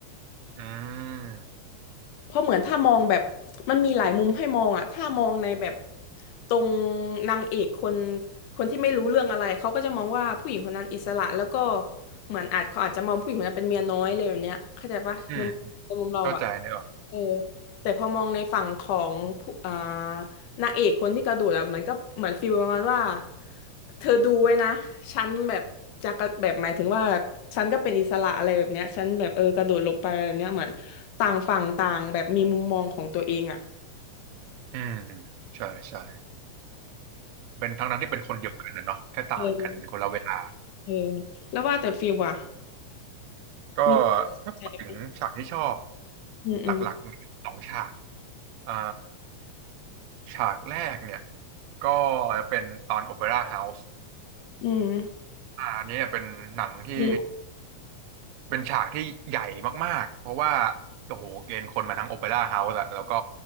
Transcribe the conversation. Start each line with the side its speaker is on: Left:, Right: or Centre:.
Right: อืม
Left: เพราะเหมือนถ้ามองแบบมันมีหลายมุมให้มองอะถ้ามองในแบบตรงนางเอกคนคนที่ไม่รู้เรื่องอะไรเขาก็จะมองว่าผู้หญิงคนนั้นอิสระแล้วก็เหมือนอาจเขาอาจจะมองผู้หญิงคนนั้นเป็นเมียน้อยเลยแบบเนี้ยเข้าใจปะในมุมในมุมเราอะ
Right: อืมเข้าใจได้หรออก
Left: เออแต่พอมองในฝั่งของผู้อ่า นางเอกคนที่กระโดดอะมันก็เหมือนฟีลประมาณว่าเธอดูไว้นะฉันแบบจะกระแบบหมายถึงว่าฉันก็เป็นอิสระอะไรแบบเนี้ยฉันแบบเออกระโดดลงไปอะไรแบบเนี้ยเหมือนต่างฝั่งต่างแบบมีมุมมองของตัวเองอะ
Right: อืมใช่ใช่เป็นทั้งนั้นที่เป็นคนเดียวกันนะเนาะแค่ต่างกันเป็นคนละเวลา
Left: เออเออแล้วว่าแต่ฟีลว่ะ
Right: ก็
Left: มี
Right: ถ้าพูดถึงฉากที่ชอบ
Left: ใช่ไหมอืมอืม
Right: หลักๆมีสองฉากอ่าฉากแรกเนี่ยก็เป็นตอนโอเปร่าเฮาส์
Left: อืม
Right: อันนี้เนี่ยเป็นหนังที่
Left: อื
Right: เป็นฉากที่ใหญ่มากๆ เพราะว่าโอ้โหเกณฑ์คนมาทั้งโอเปร่าเฮาส์อะแล้วก็